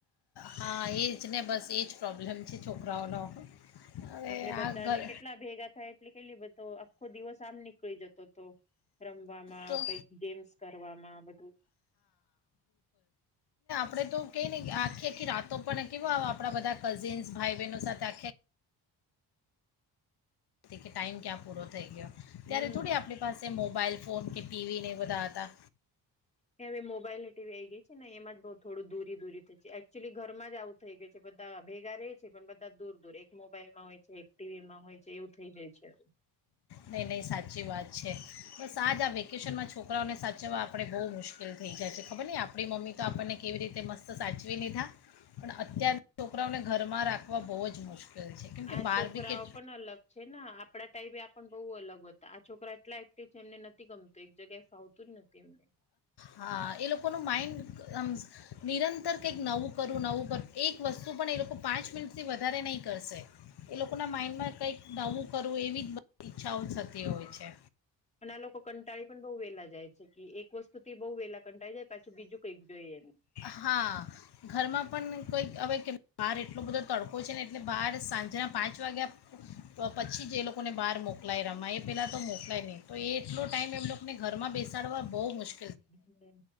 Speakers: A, on the left; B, on the left.
A: હા એ જ ને બસ એ જ પ્રોબ્લેમ છે છોકરાઓનો. હવે
B: આપડે બધાને
A: આ ઘર
B: કેટલા ભેગા થાય એટલી કેલી બધ તો આખો દિવસ આમ નીકળી જતો હતો. રમવામાં,
A: તો
B: કઈક ગેમ્સ કરવામાં બધું.
A: આપડે તો કઈ ને આખી આખી રાતો પણ કેવા આપડા બધા કઝિન્સ ભાઈ બહેનો સાથે આખી કે ટાઈમ ક્યાં પૂરો થઈ ગયો. ત્યારે
B: હમ
A: થોડી આપણી પાસે મોબાઈલ ફોન કે ટી વી ને એ બધા હતા.
B: કે હવે મોબાઈલ ને ટી વી આ આવી ગઈ છે ને એમાં જ બઉ થોડું દૂરી દૂરી એકચ્યુલી ઘરમાં જ આવું થઈ ગયું છે. બધા ભેગા રહેે છે પણ બધા દૂર દૂર એક મોબાઈલમાં હોય છે, એક ટી વી માં હોય છે. એવું થઈ જાય છે
A: નહી નહીં સાચી વાત છે. બસ આજ આ વેકેશનમાં છોકરાઓને સાચવવા આપણે બહુ મુશ્કેલ થઈ જાય છે. ખબર ની આપણી મમ્મી તો આપણને કેવી રીતે મસ્ત સાચવી લીધા. પણ અત્યારના છોકરાઓને ઘરમાં રાખવા બહુ જ મુશ્ કેલ છે. કેમ કે
B: આ
A: બાર
B: છોકરાઓ
A: બી
B: પણ અલગ છે ને આપડા ટાઈપ એ પણ બહુ અલગ હતા. આ છોકરા એટલા એક્ટિવ છે એમને નથી ગમતું એક જગ્યાએ ફાવતું જ નથી એમને
A: હા એ લોકો નું માઇન્ડ આમ નિરંતર કંઈક નવું કરું નવું કરું એક વસ્તુ પણ એ લોકો પાંચ મિનિટથી વધારે નહીં કરશે. એ લોકો ના માઇન્ડ માં કઈક નવું કરવું એવી જ ઈચ્છાઓ થતી હોય છે.
B: પણ આ લોકો કંટાળી પણ બહુ વેલા જાય છે કે એક વસ્તુ થી બહુ વેલા કંટાળી જાય પછી બીજું કંઈક જોઈએ.
A: હા ઘરમાં પણ કોઈક હવે કે બહાર એટલો બધો તડકો છે ને એટલે બહાર સાંજના પાંચ વાગ્યા પછી જ એ લોકોને બહાર મોકલાય રમા એ પેલાં તો મોકલાય નહીં તો એટલો ટાઈમ એમ લોકોને ઘરમાં બેસાડવા બહુ મુશ્
B: હમ્મ